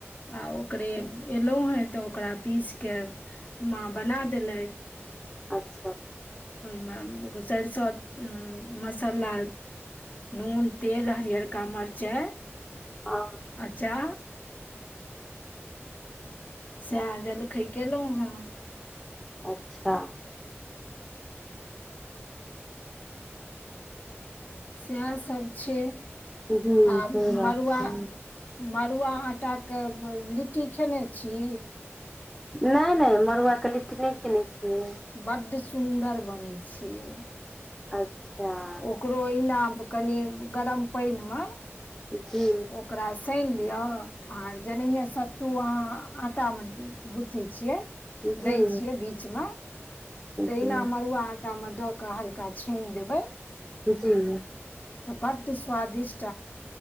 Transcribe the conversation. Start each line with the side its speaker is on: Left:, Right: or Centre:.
Left: आ ओकरे एलहुँ हे तऽ ओकरा पीसके माँ बना देलथि
Centre: अच्छा।
Left: ओहि मे सरिसो मसाला नून तेल हरियरका मिरचाइ
Centre: ह
Left: अच्छा। स्यज जेलखइ केलहु हँ
Centre: अच्छा।
Left: सएह सभ छै
Centre: जी
Left: आ
Centre: सही बात
Left: मड़ुआ
Centre: छै
Left: मड़ुआ आटा के लिट्टी खेने छी
Centre: नहि नहि मड़ुआ के लिट्टी नहि किनै छियै
Left: बड़ सुदर बन छिय
Centre: अच्छा।
Left: ओकरो इना कनि गरम पानि मे
Centre: जी
Left: ओकर। सनि लियअ आर जेनहि सत्तू अहा आटा मे गुथै छियै
Centre: जी
Left: दै छियै बीच मे
Centre: जी
Left: तऽ एना मड़ुआ आटा मे दऽ के हल्का छान देबै
Centre: जी।
Left: त बड्ड स्वादिष्ट